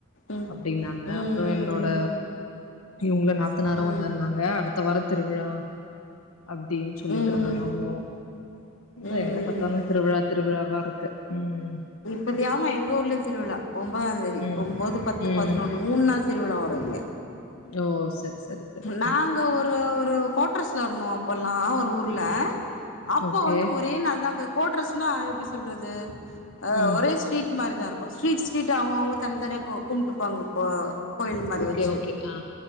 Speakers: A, on the left; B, on the left.
A: ம்
B: அப்டின்னாங்க
A: ம் ம்
B: அப்புறோ என்னோட இவங்கள நாத்துநாரு
A: ம்
B: வந்துருந்தாங்க
A: ம்
B: அடுத்த வாரோ திருவிழா அப்படின்னு சொல்லிட்டு
A: ம்
B: இருந்தாங்க அவங்களு அதா
A: ம்
B: எங்க பார்த்தாலு திருவிழா திருவிழாவா இருக்கு ம்
A: இப்படியா எங்க ஊர்லயு திருவிழா ஒன்பதா தேதி
B: ம்
A: ஒன்பது பத்து
B: ம்
A: பதினொன்னு மூணு நாள் திருவிழா வரு இங்க
B: ஓ சரி சரி சரி
A: நாங்க
B: ம்
A: ஒரு ஒரு கோட்ரஸ்ல இருந்தோ அப்பல்லா ஒரு ஊர்ல அப்போ
B: ஓகே
A: வந்து ஒரே நாள் தா கோட்ரெஸ்னா எப்டி சொல்றது அ
B: ம்
A: ஒரே ஸ்ட்ரீட் மாரி தா இருக்கு ஸ்ட்ரீட் ஸ்ட்ரீடு அவுங்கவுங்க தனித்தனியா கும்ட்டுப்பாங்க ப்ரோ கோயில் மாரி
B: ஓகே
A: வச்சு
B: ஓகே ஆ